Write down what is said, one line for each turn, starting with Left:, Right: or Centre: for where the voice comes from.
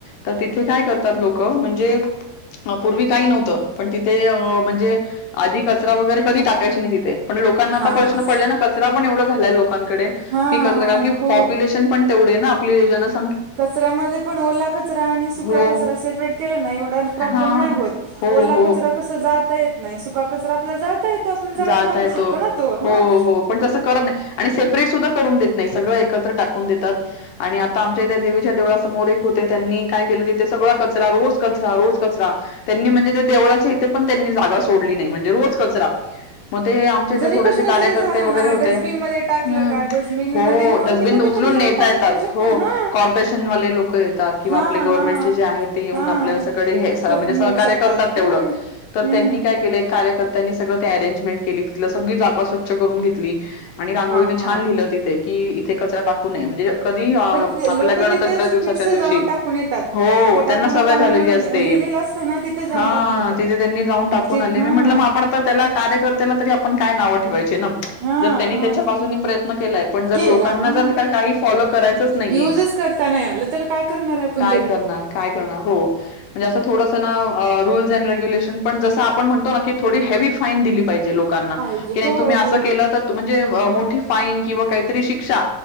Left: तर तिथे काय करतात लोक म्हणजे पूर्वी काही नव्हतं पण तिथे अ म्हणजे आधी कचरा वगैरे कधी टाकायची नाही तिथे. पण लोकांना आता
Right: हा
Left: प्रश्न
Right: हा
Left: पडला ना कचरा पण एवढा झालाय लोकांकडे
Right: हा
Left: की कचरा
Right: हा
Left: कारण की
Right: खूप
Left: पॉप्युलेशन पण तेवढी ना आपली योजनाच,
Right: कचऱ्यामध्ये पण ओला कचरा आणि सुका
Left: हो,
Right: कचरा सेपरेट केला ना एवढा प्रॉब्लेम
Left: हां.
Right: नाही होत.
Left: हो,
Right: ओला
Left: हो.
Right: कचरा कस जाळता येत नाही सुका कचरा आपला जाळता येतो आपण जाळून
Left: जाळता
Right: टाकू
Left: येतो
Right: शकतो ना तो
Left: हो
Right: ह.
Left: हो पण जस करत नाही आणि सेपरेट सुद्धा करून देत सगळ एकत्र टाकून देतात आणि आता आम ते त्या देवीच्या देवळा समोर एक होते त्यांनी काय केलं तिथे सगळा कचरा रोज कचरा रोज कचरा त्यांनी म्हणजे ते देवळाचे इथे पण त्यांनी जागा सोडली नाही म्हणजे रोज कचरा. मग ते आमच्या इथे
Right: जरी
Left: थोडेसे
Right: कचरा
Left: कार्यकर्ते
Right: जरी झाला ना
Left: वगैरे होते.
Right: डस्टबिन
Left: हम्म.
Right: मध्ये टाकलं का डस्टबिन
Left: हो
Right: मध्ये नेऊन
Left: डस्टबिन
Right: ते कुठेतरी
Left: उचलून
Right: लांब
Left: नेता
Right: टाकून
Left: येतात,
Right: येऊ शकत
Left: हो
Right: हा
Left: कॉर्पोरेशनवाले लोक येतात किंवा
Right: हा
Left: आपले गव्हर्नमेंटचे
Right: हा
Left: जे आहेत ते येऊन
Right: हा
Left: आपल्या कडे हे, म्हणजे
Right: नेऊ
Left: सहकार्य
Right: शकतात
Left: करतात तेवढं
Right: हम्म
Left: तर
Right: हम्म
Left: त्यांनी काय केल कार्य त्यांनी सगळं ते अरेंजमेंट केली तिथलि सगळी जागा स्वछ करून घेतली. आणि रांगोळी
Right: हा
Left: ने
Right: हा
Left: छान लिहिलं तिथे की इथे कचरा टाकू नये. म्हणजे कधी आपल्या
Right: पण लोक
Left: गणतंत्र
Right: तिथेच
Left: दिवसाच्या
Right: फिक्स
Left: दिवशी.
Right: जाऊन टाकून येतात.
Left: हो
Right: जिथे टाकू
Left: त्यांना सवय
Right: नका
Left: झालेली
Right: म्हणून
Left: असते.
Right: लिहिलेलं असतं ना तिथे जाऊन
Left: हा
Right: टाकून येतात
Left: तिथे त्यांनी जाऊन टाकून
Right: इतके
Left: आले
Right: हा
Left: मी म्हणटल म आपण आता त्याला कार्यकर्ते्याला तरी आपण काय नावं ठेवायची.
Right: हा
Left: जर त्यांनी
Right: हा
Left: त्याच्या बाजून प्रयत्न केलाय पण जर
Right: केला
Left: लोकांना
Right: हा
Left: जर काही फॉलो करायचंच नाहीये.
Right: युजच करता नाही आलं त्याला काय करणार आहे आपण
Left: काय
Right: तरी
Left: करणार काय करणार हो म्हणजे अस थोडस ना अ रूल्स अँड रेग्युलेशन पण जस आपण म्हणतो ना की थोडी हेवी फाईन दिलीहिजे. लोकांना
Right: पाहिजे
Left: कि नाही
Right: हो
Left: तुम्ही आस
Right: हो
Left: केलतर म्हणहे अ मोठी फाईन किंवा काही तरी शिक्षा